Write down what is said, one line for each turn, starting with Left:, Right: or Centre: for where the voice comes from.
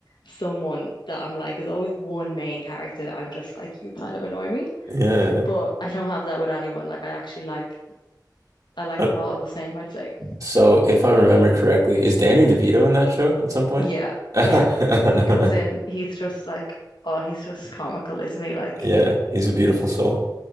Left: someone that I'm like, there's always one main character that I'm just like, you kind of annoy me.
Right: Yeah.
Left: But I don't have that with anyone. Like I actually like I like
Right: Uh,
Left: them all the same, I'd say.
Right: So, if I'm remembering correctly, is Danny DeVito in that show at some point?
Left: Yeah,
Right: <laughs>
Left: yeah. He comes in, he's just like, oh, he's just comical, isn't he? Like
Right: Yeah, he's a beautiful soul.